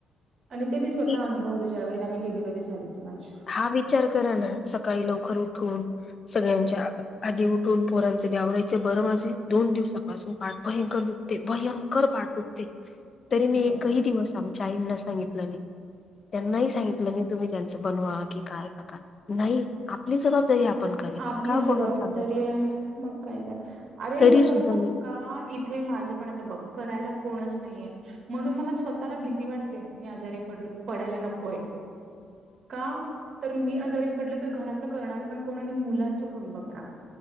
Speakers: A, on the right (about 50°); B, on the left (about 40°).
A: आणि ते मी स्वतः
B: इ
A: अनुभवलं ज्या वेळेला मी डिलिव्हरी झाले. कि माझी.
B: हा विचार करा ना सकाळी लवकर उठून सगळ्यांच्या आधी उठून पोरांचे बी आवरायचे बर माझे दोन दिवसापासून पाठ भयंकर दुखते भयंकर पाठ दुखते. तरी मी एकही
A: बघ
B: दिवस आमच्या आईंना सांगितलं नाही त्यांनाही सांगितल नाही. तुम्ही त्यांचं बनवा की काय का का नाही आपली जबाबदारी आपण करायची
A: आपली
B: का कोणाला
A: जबाबदारी
B: सांगायचं
A: आहे मग काय कराय अरे
B: तरी
A: तुला
B: सुद्धा
A: खरं सांगू
B: मी
A: का एक इथे माझं पण आता बघ करायला कोणच नाहीये. म्हणून मला स्वतःला भीती वाटते मी आजारी पडेल पडायला नकोय.
B: <inaudible>
A: का तर मी आजारी पडलं तर घरातलं करणार पण कोण आणि मुलाच कोण बघणार.